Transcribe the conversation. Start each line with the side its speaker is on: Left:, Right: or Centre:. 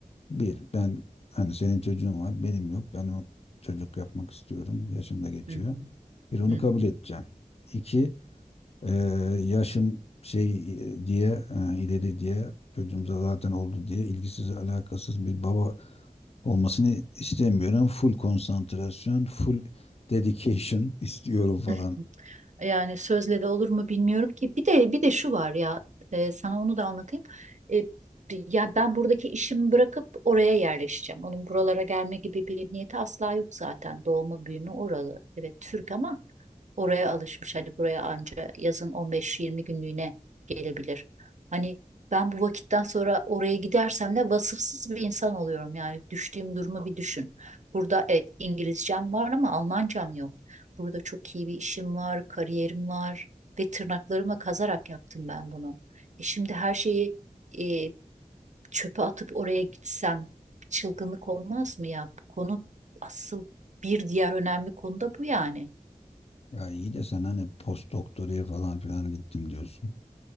Left: Bir, ben hani senin çocuğun var, benim yok. Ben o çocuk yapmak istiyorum. Yaşım da geçiyor.
Right: hı, hı
Left: Bir, onu
Right: hı, hı
Left: kabul edeceğim İki, ee, yaşım şey e, diye e, ileri diye çocuğumuza zaten oldu diye ilgisiz alakasız bir baba olmasını istemiyorum. Full konsantrasyon, full dedication istiyorum falan.
Right: hı. Yani sözle de olur mu bilmiyorum ki. Bir de bir de şu var ya e, sana onu da anlatayım. E, bi- ya ben buradaki işimi bırakıp oraya yerleşeceğim. Onun buralara gelme gibi bir niyeti asla yok zaten. Doğma büyüme oralı. Evet Türk ama oraya alışmış. Hani buraya anca yazın 15-20 günlüğüne gelebilir. Hani ben bu vakitten sonra oraya gidersem de vasıfsız bir insan oluyorum. Yani düştüğüm durumu bir düşün. Burada evet İngilizcem var ama Almancam yok burada çok iyi bir işim var, kariyerim var ve tırnaklarıma kazarak yaptım ben bunu. E şimdi her şeyi e, çöpe atıp oraya gitsem çılgınlık olmaz mı ya? Bu konu asıl bir diğer önemli konu da bu yani.
Left: Ya iyi de sen hani post doktoraya falan filan gittim diyorsun.